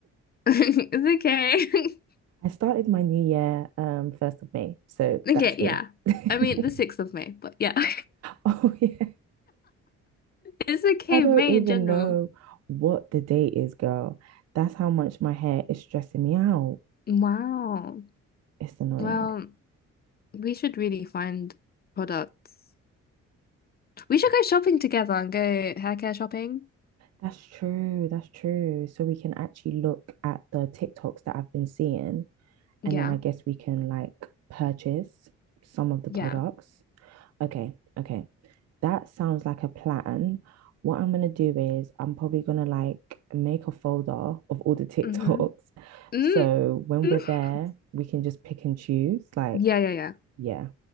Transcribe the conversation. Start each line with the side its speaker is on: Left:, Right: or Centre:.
Left: <laughs> It's okay.
Right: started my new year um first of May, so
Left: Okay,
Right: that's me.
Left: yeah.
Right: <laughs>
Left: I mean, the 6th of May, but yeah. <laughs>
Right: Oh yeah.
Left: It's okay,
Right: I don't
Left: May
Right: even
Left: in general.
Right: know what the date is, girl. That's how much my hair is stressing me out.
Left: Wow.
Right: It's annoying.
Left: Well, we should really find products. We should go shopping together and go hair care shopping.
Right: That's true. That's true. So we can actually look at the TikToks that I've been seeing,
Left: Yeah.
Right: and then I guess we can like purchase some of the
Left: Yeah.
Right: products. Okay, okay. That sounds like a plan. What I'm gonna do is I'm probably gonna like make a folder of all the <laughs> TikToks.
Left: Mm-hmm. mm
Right: So when
Left: <laughs>
Right: we're there, we can just pick and choose, like,
Left: Yeah, yeah, yeah.
Right: yeah,